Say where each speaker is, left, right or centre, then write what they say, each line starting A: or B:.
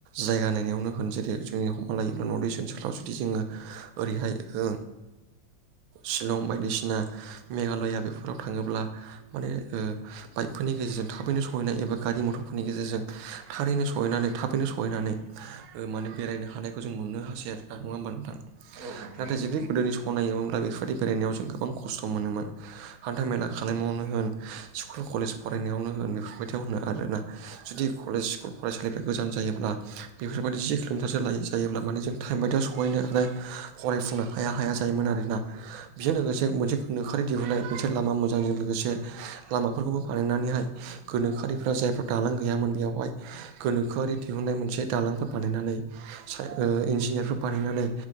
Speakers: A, on the right; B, on the right.
A: जायगा नायावनो होन जेरै जोंनि हमा लायोब्ला नर्थ इस्ट ओनसोलाव जुदि जोङो ओरैहाय ओ शिलं बायदिसिना मेघालया बेफोराव थाङोब्ला मानेओ बाइकफोरनि गेजेरजों थाबैनो सहैनाय एबा गारि मथरफोरनि गेजेरजों थारैनो सहैनानै थाबैनो सहैनानै ओ माने बेरायनो हानायखौ जों मोननो हासै आरोना नङा होमबा नोंथां।
B: औ नोंथां
A: नाथाय जुदि गोदोनि सनायोमोनब्ला बेफोरदि बेरायनायाव जों गोबां खस्थ' मोनोमोन। हान्थाामेला खालामबावनो
B: औ
A: होन। स्कुल कलेज फरायनायावनो होन बेफोरबायदियाव होनो आरोना जुदि कलेज स्कुल फरायसालि। गोजान जायोब्ला बेफोरबायदि जि किल'मिटारसो लायो जायोब्ला माने जों टाइम बायदियाव सहैनो हानाय। फरायफुनो हाया हाया जायोमोन आरोना। बेजों लोगोसे मोनसे गोनोखोरि दिहुननाय मोनसे लामा मोजांजों लोगोसे लामाफोरखौबो बानायनानैहाय। गोनोआरिफ्रा जायफ्रा दालां गैयामोन बेयावहाय। गोनोखोआरि दिहुनाय मोनसे दालांफोर बानायनानै इन्जिनियारफोर बानायनानै।